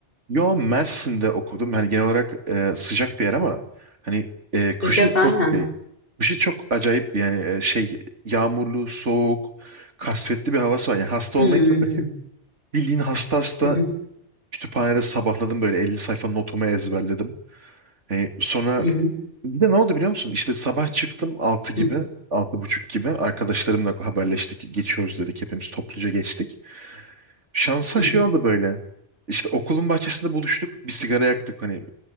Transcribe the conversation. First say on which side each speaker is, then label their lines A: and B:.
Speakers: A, on the right; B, on the left.
A: yo Mersin'de okudum. Hani genel olarak e, sıcak bir yer ama hani e, kışı
B: Sıcak aynen.
A: çok şey, kışı çok acayip yani e, şey yağmurlu, soğuk, kasvetli bir havası var. Yani hasta
B: Hmm.
A: olmaya çok açık. Bildiğin hasta hasta
B: Hı hı,
A: Kütüphanede sabahladım böyle 50 sayfa notumu ezberledim. Ee, sonra
B: hı hı,
A: bir de ne oldu biliyor musun? İşte sabah çıktım 6 gibi,
B: hı hı,
A: altı buçuk gibi arkadaşlarımla haberleştik. Geçiyoruz dedik hepimiz topluca geçtik. Şansa
B: hı
A: şey
B: hı,
A: oldu böyle. İşte okulun bahçesinde buluştuk. Bir sigara yaktık hani